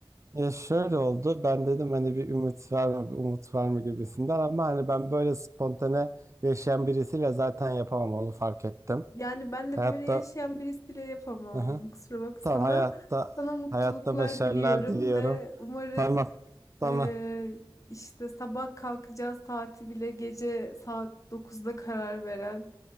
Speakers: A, on the right; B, on the left.
A: Ya şöyle oldu. Ben dedim hani bir ümit var mı, bir umut var mı gibisinden ama hani ben böyle spontane yaşayan birisiyle zaten yapamam onu fark ettim.
B: Yani ben
A: Hayatta
B: de böyle yaşayan birisiyle yapamam.
A: Hı hı.
B: Kusura bakma
A: tamam
B: sana.
A: hayatta
B: Sana mutluluklar
A: hayatta başarılar
B: diliyorum
A: diliyorum.
B: ve umarım
A: Tamam. Tamam.
B: eee, işte sabah kalkacağı saati bile gece saat dokuzda karar veren